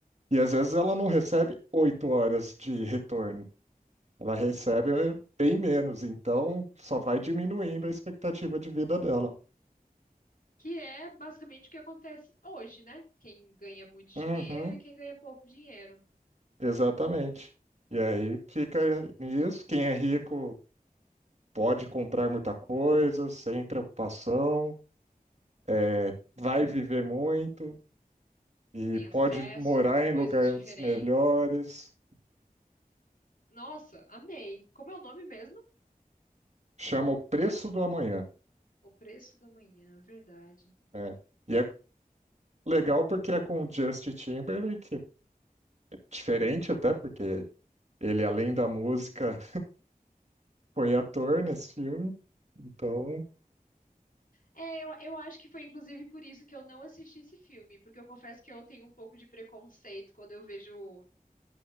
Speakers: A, on the right; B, on the left.
A: E às vezes ela não recebe oito horas de retorno, ela recebe eh, bem menos, então só vai diminuindo a expectativa de vida dela.
B: Que é basicamente o que acontece hoje, né? Quem ganha muito dinheiro
A: Uhum,
B: e quem ganha pouco dinheiro.
A: exatamente. E aí fica nisso, quem é rico pode comprar muita coisa, sem preocupação, é, vai viver muito e
B: Tem acesso
A: pode morar
B: a coisas
A: em lugares
B: diferentes.
A: melhores,
B: Nossa, amei. Como é o nome mesmo?
A: chama o preço do amanhã,
B: O Preço da Manhã, verdade.
A: né? E é legal porque é com o Justin Timberlake, diferente até porque Ele, além da música, foi ator nesse filme, então
B: É, eu, eu acho que foi inclusive por isso que eu não assisti esse filme, porque eu confesso que eu tenho um pouco de preconceito quando eu vejo